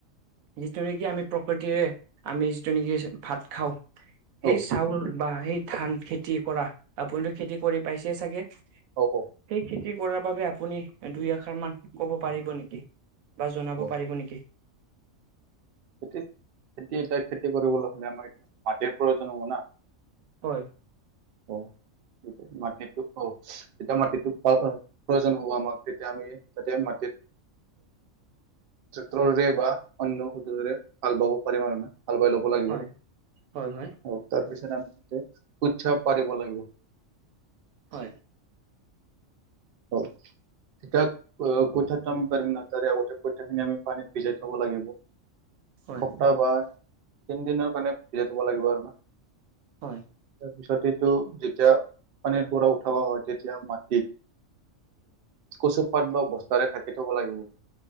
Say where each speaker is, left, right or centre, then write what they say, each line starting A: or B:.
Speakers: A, on the right; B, on the right.
A: যিটো নেকি আমি প্ৰকৃতিৰে আমি যিটো নেকি ভাত খাওঁ সেই
B: অ',
A: চাউল বা সেই ধান খেতি কৰা আপুটো খেতি কৰি পাইছে চাগে
B: অ',
A: সেই খেতি কৰাৰ বাবে আপুনি দুইআষাৰ মান কব পাৰিব নেকি বা জনাব
B: অ
A: পাৰিব নেকি
B: খেতি খেতি এ খেতি কৰিবলৈ হ'লে আমাৰ মাতিৰ প্ৰয়োজন হ'ব না
A: হয়
B: অ মাটিটো আহ তেতিয়া মাটিটো প্ৰয়োজন হ'ব আমাক তেতিয়া আমি তেতিয়া মাটিত তে তৰে বা অন্য সুযোগেৰে হাল বাব পাৰিম আৰু, না হাল বাই ল'ব লাগিব।
A: হয় হয় হয়
B: অ তাৰপিছত উৎসব পাৰিব লাগিব <inaudible>
A: হয়
B: অ। এতিয়া কঠীয়াটো আমি পাৰিম না তাৰে আগতে কঠীয়াখিনি আমি পানীত ভিজাই থব লাগিব।
A: হয়
B: এসপ্তাহ বা তিনিদিনৰ কাৰণে ভিজাই থ'ব লাগিব আৰু।
A: হয়।
B: তাৰ পিছতেটো যেতিয়া পানীৰ পৰা উঠাব হয় তেতিয়া মাটিত কচুপাত বা বস্তাৰে ঢাকি থব লাগিব।